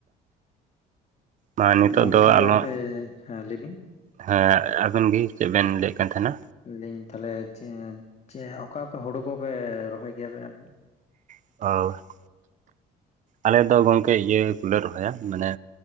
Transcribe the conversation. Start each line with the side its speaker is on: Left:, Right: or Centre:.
Right: ᱢᱟ ᱱᱤᱛᱚᱜ
Left: ᱜᱚᱝᱠᱮ
Right: ᱫᱚ
Left: ᱛᱟᱦᱞᱮ
Right: ᱟᱞᱚ
Left: ᱟᱯᱮ ᱦᱮᱸ ᱞᱟᱹᱭ ᱵᱤᱱ
Right: ᱦᱮᱸ ᱟᱵᱮᱱ ᱜᱤ ᱪᱮᱫ ᱵᱮᱱ ᱞᱟᱹᱭᱮᱫ ᱠᱟᱱ ᱛᱟᱦᱮᱱᱟ
Left: ᱞᱮᱤᱧ ᱛᱟᱦᱚᱞᱮ ᱪᱮ ᱪᱮ ᱚᱠᱟ ᱚᱠᱟ ᱦᱩᱲᱩ ᱠᱚᱯᱮ ᱨᱚᱦᱚᱭ ᱜᱮᱭᱟ ᱵᱤᱱ?
Right: <unintelligible> ᱟᱞᱮᱫᱚ ᱜᱚᱝᱠᱮ ᱤᱭᱟᱹ ᱠᱚᱞᱮ ᱨᱚᱦᱚᱭᱟ ᱢᱟᱱᱮ